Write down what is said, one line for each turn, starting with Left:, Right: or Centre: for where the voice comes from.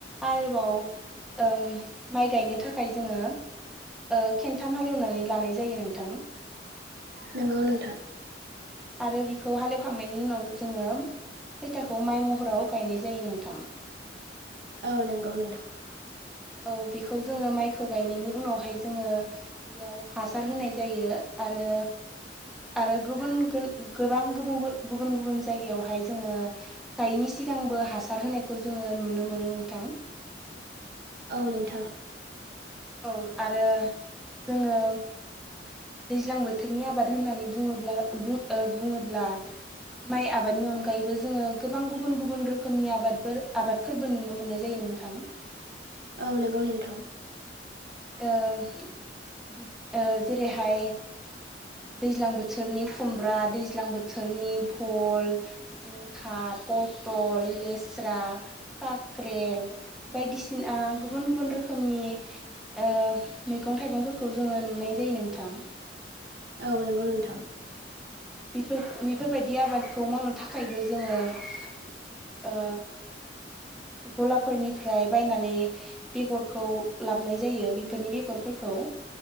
Centre: आलबाव माइ गायनो थाखाय जोङो के साथाम हालेवनानै लानाय जायो नोंथां
Right: नंगौ नोंथां
Centre: आरो बिखौ हालेवखांनायनि उनाव जोङो खैथाखौ माइ महराव गायनाय जायो नोंथां
Right: औ नंगौ नोंथां
Centre: औ बेखौ जोङो माइखौ गायनायनि उनावहाय जोङो बेयाव हासार होनाय जायो आरो आरो गुबुन गोबां गुबुन गुबुन जायगायावहाय जोङो गायैनि सिगांबो हासार होनायखौ जोङो नुनो मोनो नोंथां
Right: औ नोंथां
Centre: औ आरो जोङो दैज्लां बोथोरनि आबाद होननानै बुङोब्ला बुङोब्ला माइ आबादनि अनगायैबो जोङो गोबां गुबुन गुबुन रोखोमनि आबादफोर आबाद फोरबो नुनो मोननाय जायो नोंथां ।
Right: औ नंगौ नोंथां
Centre: ओ जेरैहाय दैज्लां बोथोरनि खुमब्रा दैज्लां बोथोरनि भल जिंखा पथल लेस्रा काक्रेल बायदिसिना गुबुन गुबुन रोखोमनि ओ मैगं थाइगंफोरखौ जोङो नुनाय जायो नोंथां
Right: औ नंगौ नोंथां
Centre: बेफोरबायदि आबादखौ मावनो थाखायबो जोङो ओ गलाफोरनिफ्राय बायनानै बेगरखौ लाबोनाय जायो बेफोरनि बेगरफोरखौ